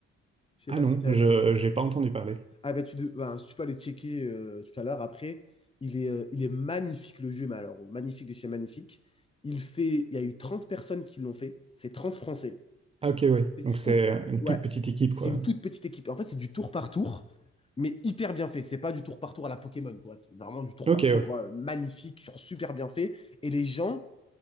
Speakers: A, on the left; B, on the right.
A: Je sais
B: Ah
A: pas
B: non,
A: si t'as
B: je
A: vu.
B: j'ai pas entendu parler.
A: Ah ben, tu, de- ben, si tu peux aller checker euh, tout à l'heure après, il est, euh, il est magnifique le jeu, mais alors magnifique de chez magnifique. Il fait, il y a eu 30 personnes qui l'ont fait, c'est 30 Français.
B: Ah ok, ouais.
A: C'est du
B: Donc c'est
A: tour,
B: euh, une
A: ouais,
B: toute petite équipe,
A: c'est
B: quoi.
A: une toute petite équipe. En fait, c'est du tour par tour, mais hyper bien fait. C'est pas du tour par tour à la Pokémon, quoi. C'est vraiment du tour
B: Ok,
A: par
B: ouais.
A: tour euh, magnifique, genre super bien fait. Et les gens,